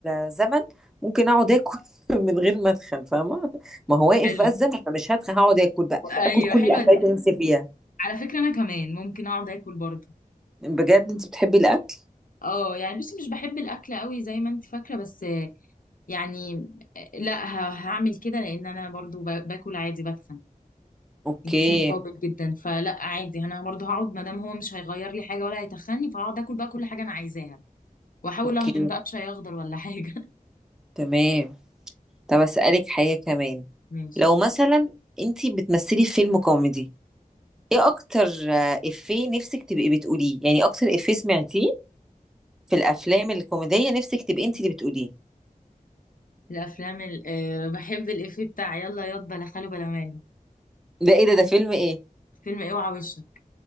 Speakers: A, in the centre; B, on the left.
A: الزمن ممكن اقعد اكل <laughs> من غير ما اتخن فاهمه ما هو واقف
B: حلو
A: بقى الزمن فمش هتخن هقعد اكل بقى
B: ايوه
A: اكل كل
B: حلوة
A: الاكلات
B: دي
A: اللي نفسي فيها
B: على فكرة انا كمان ممكن اقعد اكل برضه
A: بجد انت بتحبي الاكل
B: اه يعني بس مش بحب الاكل قوي زي ما انت فاكرة بس آه، يعني آه، لا ه- هعمل كده لان انا برضه ب- باكل عادي بتخن
A: اوكي
B: جسمي قابل جدا فلا عادي انا برضه هقعد ما دام هو مش هيغير لي حاجة ولا هيتخني فهقعد اكل بقى كل حاجة انا عايزاها واحاول
A: اوكي
B: اهضم بقى بشاي اخضر ولا حاجة <laughs>
A: تمام طب اسالك حاجه كمان
B: ماشي
A: لو مثلا انت بتمثلي في فيلم كوميدي ايه اكتر آه، افيه نفسك تبقي بتقوليه يعني اكتر افيه سمعتيه في الافلام الكوميديه نفسك تبقي انت اللي بتقوليه
B: الافلام ال... آه، بحب الافيه بتاع يلا ياض بلا خاله بلا ماله
A: ده ايه ده ده فيلم ايه
B: فيلم اوعى وشك